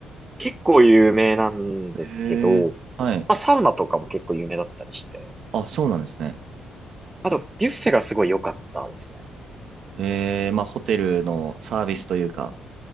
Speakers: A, on the right; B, on the right.
A: 結構有名なんですけど、
B: えー、はい。
A: まあ、サウナとかも結構有名だったりして。
B: あ、そうなんですね。
A: あと、ビュッフェがすごい良かったですね。
B: えー、まあ、ホテルのサービスというか、